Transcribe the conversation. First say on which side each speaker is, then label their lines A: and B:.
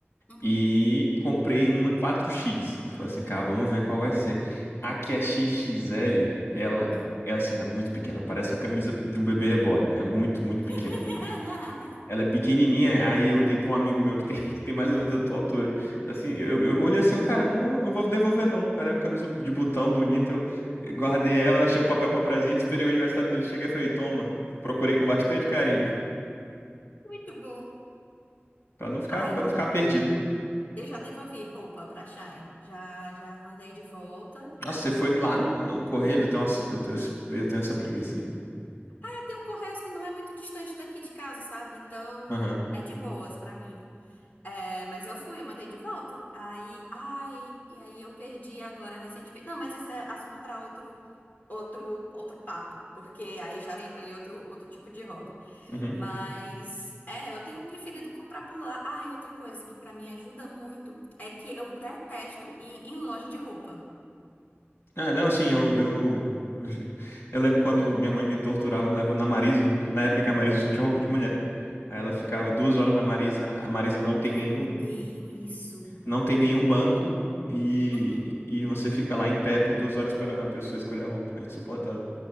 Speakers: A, on the left; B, on the left.
A: Uhum.
B: e comprei uma 4X. E falei assim, cara, vamos ver qual vai ser. Aqui a X X L ela
A: Hum.
B: é assim, ela é muito pequena, parece a camisa de um bebê reborn. É muito, muito
A: <laughs>
B: pequena. Ela é pequenininha, aí eu dei pra um amigo meu que tem, <laughs> que tem mais ou menos a tua altura. Assim, eu, eu olhei assim, eu, cara, eu não vou, não vou devolver não. Era uma camisa de botão bonita, eu guardei ela, achei um papel pra presente, esperei o aniversário dele chegar e falei, toma, procurei com bastante carinho,
A: Muito bom.
B: Pra não ficar,
A: Ai,
B: para não ficar perdido.
A: eu já devolvi roupa pra Shine. Já, já mandei de volta.
B: Nossa, você foi lá no, no correio? Tem- Nossa, eu tenho, esse- eu tenho essa preguiça aí.
A: É, tem um Correios que não é muito distante daqui de casa, sabe? Então,
B: Aham.
A: é de boas pra mim. É, mas eu fui, eu mandei de volta. Aí, ai, e aí eu perdi agora recentemente. Não, mas isso é assunto para outro, outro, outro papo, porque aí já entra em outro, outro tipo de hobby.
B: uhum.
A: Mas é, eu tenho preferido comprar por lá. Ai, outra coisa que para mim ajuda muito é que eu detesto ir em loja de roupa.
B: É, não, assim, eu, eu, eu, ge- eu lembro quando minha mãe me torturava me levando na Marisa, que na época que a Marisa só tinha roupa de mulher. Aí ela ficava
A: Hum.
B: duas horas na Marisa, a Marisa não tem
A: Eu
B: nenhum,
A: odeio isso.
B: não tem nenhum banco e,
A: Uhum.
B: e você fica lá em pé por duas horas esperando a pessoa escolher a roupa. É insuportável.